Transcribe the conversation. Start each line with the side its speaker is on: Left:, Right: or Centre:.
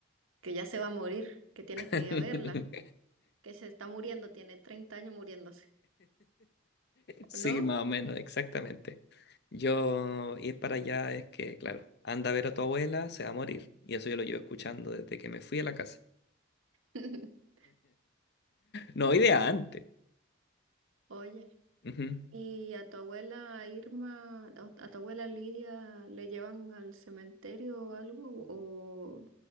Right: que ya se va a morir, que tienes
Left: <laughs>
Right: que ir a verla, que se está muriendo, tiene treinta años muriéndose, ¿o
Left: Sí,
Right: no?
Left: más o menos, exactamente. Yo ir para allá es que, claro, anda a ver a tu abuela, se va a morir. Y eso yo lo llevo escuchando desde que me fui a la casa.
Right: <laughs>
Left: No, idea antes.
Right: Oye,
Left: Ujú.
Right: ¿y a tu abuela Irma, o a tu abuela Lidia, le llevan al cementerio o algo? ¿O,